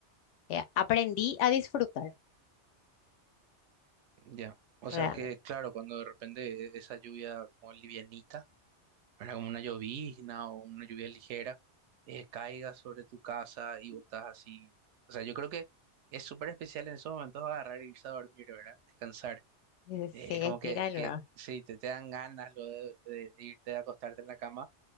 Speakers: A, on the left (about 85°); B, on the right (about 85°).
A: Eh, aprendí a disfrutar,
B: Ya. O
A: realmente.
B: sea que, claro, cuando de repente esa lluvia como livianita. ¿verdad? Como una llovizna o una lluvia ligera, eh, caiga sobre tu casa y vos estás así. O sea, yo creo que es súper especial en esos momentos agarrar y irse a dormir, ¿verdad? Descansar.
A: Eh, Sí,
B: Eh, es como
A: estira
B: que,
A: el
B: que
A: brazo.
B: sí, te, te dan ganas lo de, de- de irte a acostarte en la cama